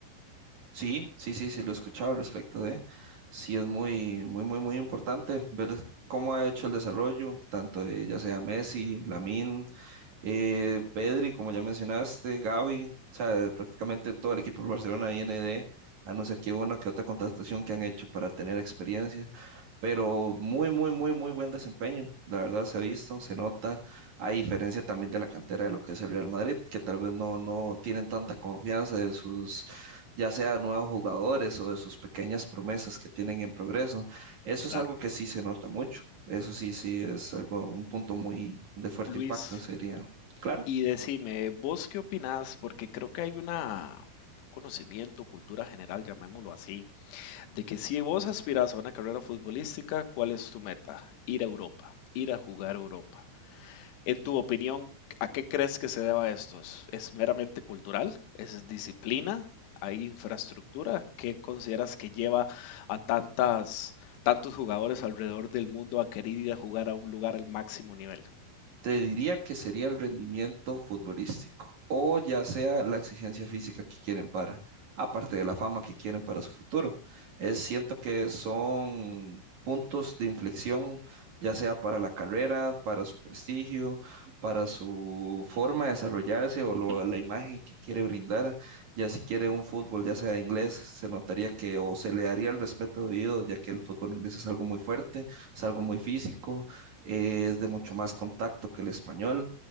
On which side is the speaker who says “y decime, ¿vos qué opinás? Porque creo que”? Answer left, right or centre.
Left